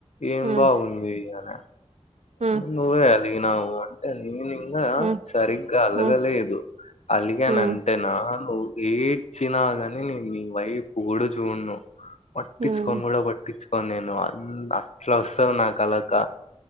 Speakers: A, on the left; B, on the right.
A: ఏం
B: హ్మ్
A: బాగుంది అని
B: హ్మ్
A: నువ్వే అలిగినావు అంటే నీ నింగా
B: హ్మ్
A: సరిగ్గా అలగలేదు
B: హ్మ్
A: అలిగానంటేన
B: హ్మ్
A: నువ్వు ఎయిట్ చినాగాని నేను నీ వైపు కూడా చూడ్ను పట్టించుకని
B: హ్మ్
A: కూడా పట్టి చుకోని నేను అట్లా వస్తుంది నాకు అలక